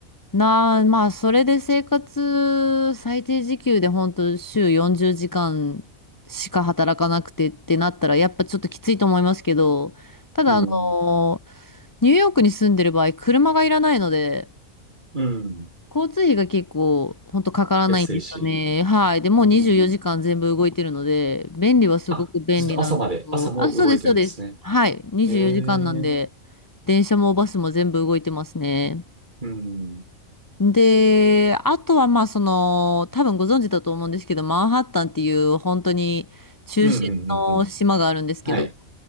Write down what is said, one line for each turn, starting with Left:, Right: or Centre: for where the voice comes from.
Left: なあ、まあ、それで生活、最低時給で本当週40時間しか働かなくてってなったら、やっぱちょっときついと思いますけど、ただ、
Right: うん、
Left: あの、ニューヨークに住んでる場合、車がいらないので、
Right: うん、
Left: 交通費が結構、本当かからないんですよね。
Right: 安いし、
Left: はい。で、もう24時間全部動いてるので、
Right: うん。
Left: 便利はすごく便利なのと、
Right: あ、ずっと朝まで、朝も動いてるんですね。
Left: あ、そうです、そうです。はい。24時間なんで、
Right: ええ、うん、
Left: 電車もバスも全部動いてますね。
Right: うん、
Left: で、あとはまあその、多分ご存知だと思うんですけど、マンハッタンっていう本当に中心の島があるんですけど、
Right: うん、うんうん、はい、